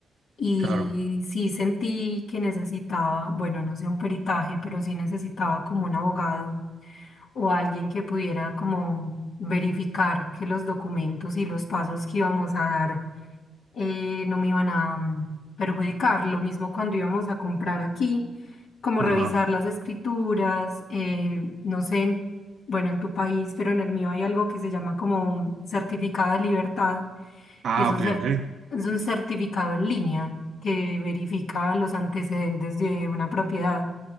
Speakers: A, on the left; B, on the right.
A: y
B: Claro.
A: sí sentí que necesitaba, bueno, no sé, un peritaje, pero sí necesitaba como un abogado o alguien que pudiera como verificar que los documentos y los pasos que íbamos a dar eh, no me iban a mm, perjudicar. Lo mismo cuando íbamos a comprar aquí, como revisar
B: Ajá.
A: las escrituras, eh, no sé, en- bueno, en tu país, pero en el mío hay algo que se llama como certificado de libertad
B: Ah,
A: y es un,
B: ok,
A: cer-
B: ok.
A: es un certificado en línea que verifica los antecedentes de una propiedad.